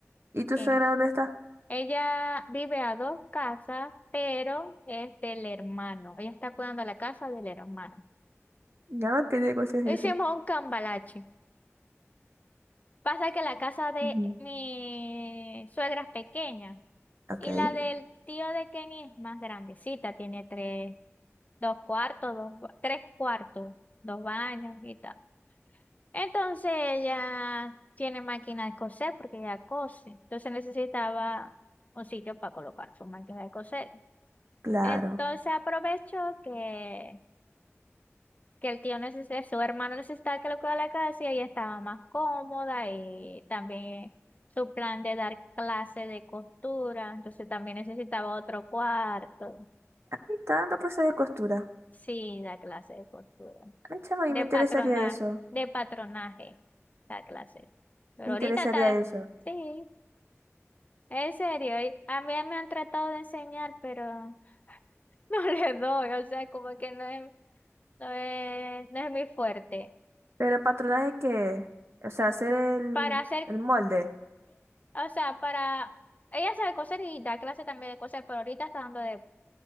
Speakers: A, on the right; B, on the left.
A: ¿Y tu
B: Eh,
A: suegra dónde está?
B: ella vive a dos casas, pero es del hermano. Ella está cuidando la casa del hermano.
A: Ya, ¿qué negocio es
B: Hicimos
A: ese?
B: un cambalache. Pasa que la casa de
A: Ujú.
B: mi suegra es pequeña
A: Ok,
B: y la del tío de Kenny es más grandecita, tiene tres, dos cuartos, dos, ba- tres cuartos, dos baños y tal. Entonces ella tiene máquina de coser porque ella cose, entonces necesitaba un sitio para colocar su máquina de coser.
A: claro.
B: Entonces aprovechó que que el tío necesitaba, su hermano necesitaba que lo cuidara la casa y ella estaba más cómoda y también su plan de dar clase de costura, entonces también necesitaba otro cuarto.
A: Ah, Está dando clases de costura.
B: Sí, da clase de costura,
A: Ay, chama,
B: de
A: y me interesaría
B: patronaje,
A: eso.
B: de patronaje, da clase. Pero
A: Me
B: ahorita
A: interesaría
B: está,
A: eso.
B: sí, en serio, y a mí me han tratado de enseñar, pero <laughs> no le doy, o sea, como que no es, no es, no es mi fuerte.
A: Pero el patronaje que, o sea, hacer el,
B: Para hacer
A: el molde.
B: O sea, para... Ella sabe coser y da clase también de coser, pero ahorita está dando de...